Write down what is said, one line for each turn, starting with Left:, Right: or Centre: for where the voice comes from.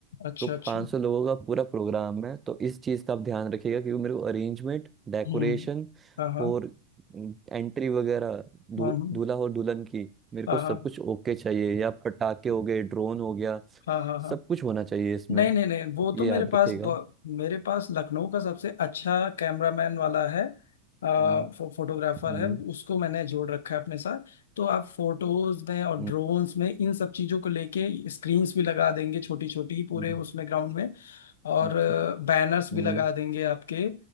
Left: अच्छा
Right: तो
Left: अच्छा
Right: 500 लोगों का पूरा प्रोग्राम है तो इस चीज़ का आप ध्यान रखिएगा क्योंकि मेरे को अरेंजमेंट डेकोरेशन
Left: हम्म हाँ हाँ
Right: और एंट्री वगैरह दू,
Left: हाँ हाँ
Right: दूल्हा और दुल्हन की मेरे
Left: हाँ
Right: को सब कुछ ओके चाहिए या पटाखे हो गए ड्रोन हो गया
Left: हाँ हाँ हाँ हाँ
Right: सब कुछ होना चाहिए इसमें
Left: नहीं नहीं नहीं वो तो
Right: ये
Left: मेरे
Right: याद
Left: पास
Right: रखिएगा
Left: ब- मेरे पास लखनऊ का सबसे अच्छा कैमरामैन वाला है आ,
Right: हम्म,
Left: फो, फोटोग्राफर
Right: हम्म,
Left: है उसको मैंने जोड़ रखा है अपने साथ तो आप फोटोज में और
Right: हम्म,
Left: ड्रोन्स में इन सब चीजों को लेके स्क्रीन्स भी लगा देंगे छोटी छोटी पूरे
Right: हम्म,
Left: उसमें ग्राउंड में और
Right: हम्म,
Left: बैनर्स
Right: हम्म,
Left: भी लगा देंगे आपके